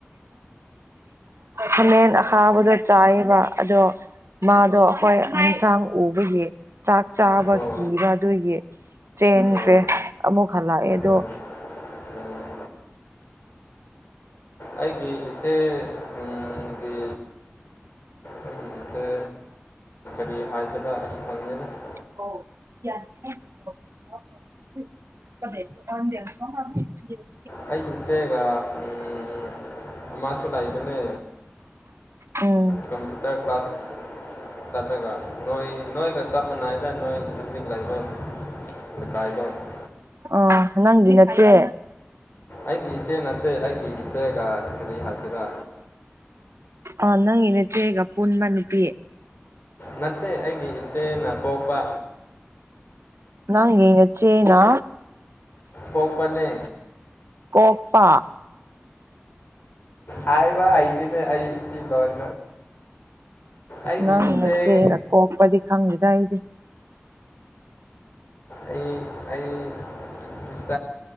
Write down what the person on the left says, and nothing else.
ꯑꯣ ꯑꯣ
ꯑꯣ
ꯑꯣ ꯑꯣ ꯑꯩꯒꯤ ꯏꯊꯦ ꯎꯝ ꯒꯤ ꯑꯩꯒꯤ ꯏꯆꯦ ꯀꯔꯤ ꯍꯥꯏꯁꯤꯔꯥ ꯑꯁ <unintelligible>
ꯑꯩꯒꯤ ꯏꯆꯦꯒ ꯎꯝ ꯑꯃꯥꯁꯨ ꯂꯩꯏꯕꯅꯦ
ꯀꯝꯄ꯭ꯌꯨꯇꯔ ꯀ꯭ꯂꯥꯁ ꯆꯠꯂꯒ ꯅꯣꯏ ꯅꯣꯏꯒ ꯆꯞ ꯃꯥꯟꯅꯩꯗ ꯅꯣꯏ ꯍꯧꯖꯤꯛ ꯂꯩꯕ <unintelligible>
ꯑꯩꯒꯤ ꯏꯆꯦ ꯅꯠꯇꯦ ꯑꯩꯒꯤ ꯏꯆꯦꯒ ꯀꯔꯤ ꯍꯥꯏꯁꯤꯔꯥ
ꯅꯠꯇꯦ ꯑꯩꯒꯤ ꯏꯆꯦꯅ ꯄꯣꯛꯄ
ꯄꯣꯛꯄꯅꯦ
ꯍꯥꯏꯕ ꯍꯩꯇꯦꯅꯦ ꯑꯩ <unintelligible> ꯑꯩꯒꯤ
ꯏꯆꯦ
ꯑꯩ ꯑꯩ <unintelligible>